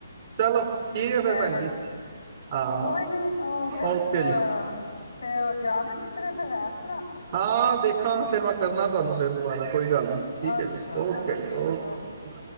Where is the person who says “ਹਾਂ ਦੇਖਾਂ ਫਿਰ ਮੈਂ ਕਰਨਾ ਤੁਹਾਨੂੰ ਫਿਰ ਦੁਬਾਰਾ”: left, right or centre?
Right